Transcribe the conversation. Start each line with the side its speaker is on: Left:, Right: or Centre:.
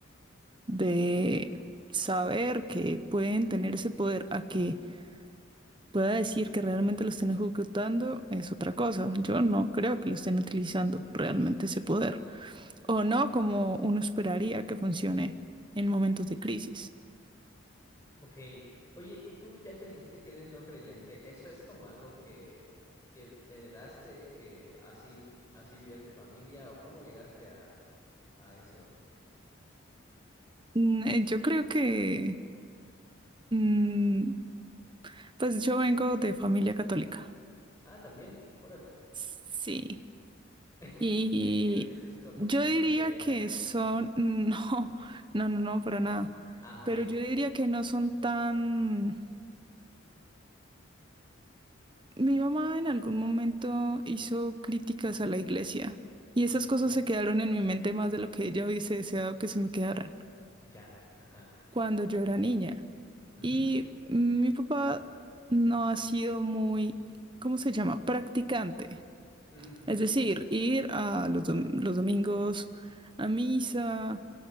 Right: de saber que pueden tener ese poder a que pueda decir que realmente lo estén ejecutando es otra cosa. Yo no creo que lo estén utilizando realmente ese poder. O no como uno esperaría que funcione en momentos de crisis.
Left: Ok. Oye, y tú, ya que dijiste que eres no creyente, ¿eso es como algo que, que heredaste, que así, así vivía tu familia, o cómo llegaste a, a eso?
Right: Mm, eh, Yo creo que, mm, pues yo vengo de familia católica.
Left: Ah, también, órale.
Right: Sí.
Left: <laughs>
Right: Y
Left: Y lo dices como
Right: yo
Left: con
Right: diría
Left: pena.
Right: que son, <laughs> no, no, no, no, para nada.
Left: Ah, ok.
Right: Pero yo diría que no son tan... Mi mamá en algún momento hizo críticas a la iglesia y
Left: Sí,
Right: esas
Left: sí,
Right: cosas
Left: sí.
Right: se quedaron en mi mente más de lo que ella hubiese deseado que se me quedaran
Left: Ya. Ajá.
Right: cuando yo era niña.
Left: Ujú.
Right: Y mi papá no ha sido muy, ¿cómo se llama? Practicante.
Left: Mm, ujú.
Right: Es decir, ir a los, dom- los domingos a misa,